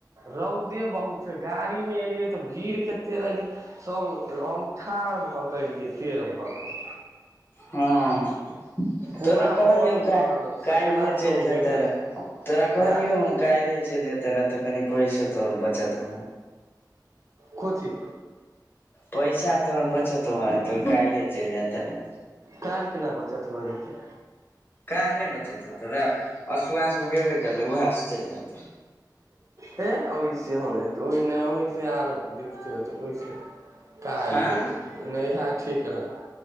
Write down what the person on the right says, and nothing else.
रौदे बहुत छै गाड़ी मे एलियै तऽ भीड़ केते रहै छै सभ हम ठार भऽ कऽ एलियै टेढ़ भऽ कऽ
पूरा
बस भरल
सकला
सब
गेल रहै
हैं
कोथि
काल्हि केना बचत भ जेतै
हे ओहिसे ओहि ओहिस आर देखते होतै ओहि काल
जैतै नहि इएह ठीक रहय